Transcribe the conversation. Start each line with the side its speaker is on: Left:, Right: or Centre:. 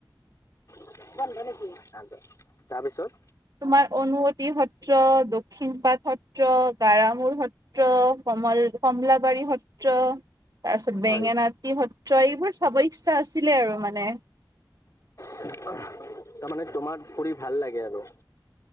Left: <unintelligible> তাৰপিছত
Right: তোমাৰ অনুঅতি সত্ৰ দক্ষিণ পাট সত্ৰ গাৰামোৰ সত্ৰ কমল কমলাবাৰী সত্ৰ তাৰপিছত বেঙেনাতি
Left: হয়
Right: সত্ৰ এইবোৰ চাব ইচ্ছা আছিলে আৰু মানে
Left: <unintelligible> তাৰমানে তোমাৰ ফুৰি ভাল লাগে আৰু